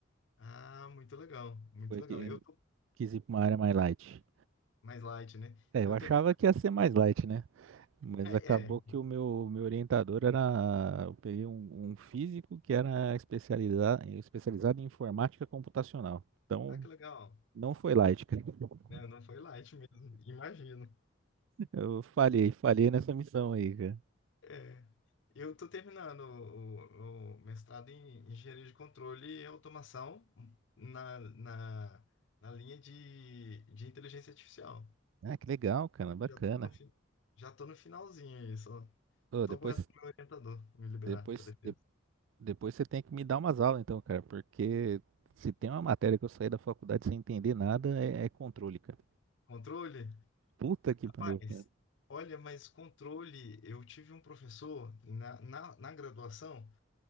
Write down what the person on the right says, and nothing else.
Foi
que
quis ir para uma área mais light.
É,
eu achava
que ia ser mais light, né? Mas
acabou
que o meu, meu orientador era. Eu peguei um, um físico que era especializado, especializado em informática computacional. Então,
não foi light, cara. <laughs>
Eu falhei, falhei nessa missão aí, cara.
Ah, que legal, cara, bacana.
Ô,
depois,
depois,
de- depois você tem que me dar umas aulas, então, cara, porque se tem uma matéria que eu saí da faculdade sem entender nada, é, é controle, cara.
Puta que
pariu, cara.